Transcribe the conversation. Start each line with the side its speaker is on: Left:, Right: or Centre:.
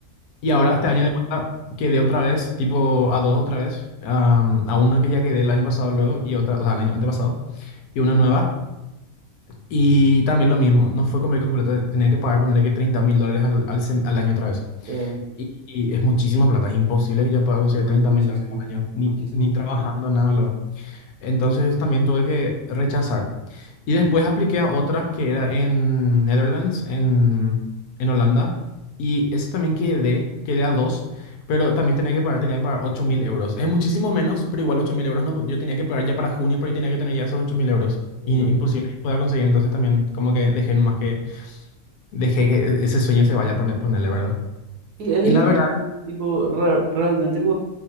Left: Y
Right: Porque,
Left: ahora este
Right: bueno,
Left: año de vuelta quedé otra vez, tipo, a dos otra vez, am, a una que ya quedé el año pasado luego y otra, o sea, el año antepasado, y una nueva. Y también lo mismo, no fue convenio completo, tenía que pagar, ponerle que treinta mil dólares al, al, sem- al año otra vez.
Right: eh,
Left: Y, y es muchísima plata, imposible que yo pueda conseguir
Right: no
Left: treinta
Right: es muchísimo,
Left: mil dólares al año, ni,
Right: muchísimo.
Left: ni trabajando, nada. lo- entonces también tuve que rechazar. Y después apliqué a otra que era en Netherlands, en, en Holanda. Y ese también quedé, quedé a dos, pero también tenía que pagar, tenía que pagar 8.000 euros. Es muchísimo menos, pero igual 8.000 euros no, yo tenía que pagar ya para junio, por ahí tenía que tener ya esos 8.000 euros.
Right: Claro.
Left: Y
Right: claro.
Left: imposible que pueda conseguir, entonces también como que dejé nomás que, dejé que ese sueño se vaya por ponerle, ¿verdad?
Right: Y es
Left: Y
Right: difícil,
Left: la verdad,
Right: tipo, ra- realmente co-